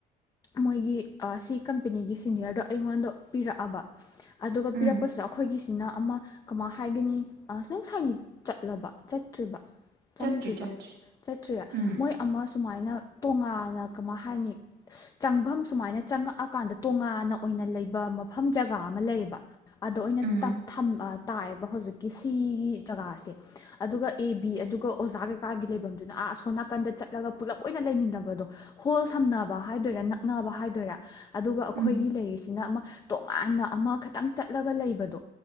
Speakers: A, on the left; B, on the right.
A: ꯃꯣꯏꯒꯤ ꯁꯤ ꯀꯝꯄꯦꯅꯤꯒꯤꯁꯦ <inaudible> ꯑꯩꯉꯣꯟꯗ ꯄꯤꯔꯛꯑꯕ ꯑꯗꯨꯒ
B: ꯎꯝ
A: ꯄꯤꯔꯛꯄꯁꯤꯗ ꯑꯩꯈꯣꯏꯒꯤ ꯁꯤꯅ ꯑꯃ ꯀꯃꯥꯏ ꯍꯥꯏꯒꯅꯤ ꯅꯡ ꯁꯥꯏꯅꯤꯛ ꯆꯠꯂꯕ ꯆꯠꯇ꯭ꯔꯤꯕ ꯆꯪꯗ꯭ꯔꯤꯕ
B: ꯆꯠꯇ꯭ꯔꯤ ꯆꯠꯇ꯭ꯔꯤ
A: ꯆꯠꯇ꯭ꯔꯤꯔ
B: ꯎꯝ
A: ꯃꯣꯏ ꯑꯃꯁ ꯁꯨꯃꯥꯏꯅ ꯇꯣꯉꯥꯟꯅ ꯀꯃꯥꯏ ꯍꯥꯏꯅꯤ ꯆꯪꯐꯝ ꯁꯨꯃꯥꯏꯅ ꯆꯪꯉꯛꯑꯀꯥꯟꯗ ꯇꯣꯉꯥꯟꯅ ꯑꯣꯏꯅ ꯂꯩꯕ ꯃꯐꯝ ꯖꯒꯥ ꯑꯃ ꯂꯩꯌꯦꯕ ꯑꯗ ꯑꯣꯏꯅ
B: ꯎꯝ
A: ꯇꯥꯏꯌꯦꯕ ꯍꯧꯖꯤꯛꯀꯤ ꯁꯤꯒꯤ ꯖꯒꯥꯁꯦ ꯑꯗꯨꯒ ꯑꯦ ꯕꯤ ꯑꯗꯨꯒ ꯑꯣꯖꯥ ꯀꯩꯀꯥꯒꯤ ꯂꯩꯐꯝꯗꯨꯅ ꯑꯥ ꯑꯁꯣꯝ ꯅꯥꯀꯟꯗ ꯆꯠꯂꯒ ꯄꯨꯜꯂꯞ ꯑꯣꯏꯅ ꯂꯩꯃꯤꯟꯅꯕꯗꯣ ꯍꯣꯜ ꯁꯝꯅꯕ ꯍꯥꯏꯗꯣꯏꯔꯥ ꯅꯛꯅꯕ ꯍꯥꯏꯗꯣꯏꯔꯥ ꯑꯗꯨꯒ ꯑꯩꯈꯣꯏꯒꯤ
B: ꯎꯝ
A: ꯂꯩꯔꯤꯁꯤꯅ ꯇꯣꯉꯥꯟꯅ ꯑꯃ ꯈꯇꯪ ꯆꯠꯂꯒ ꯂꯩꯕꯗꯣ